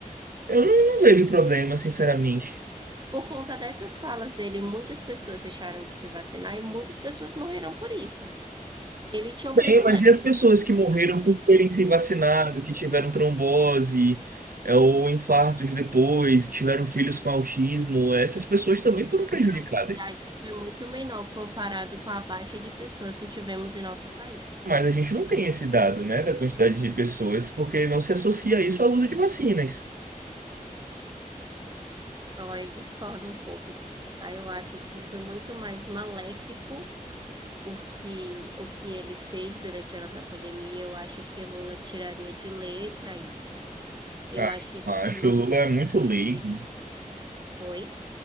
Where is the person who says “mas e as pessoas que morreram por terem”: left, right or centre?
Right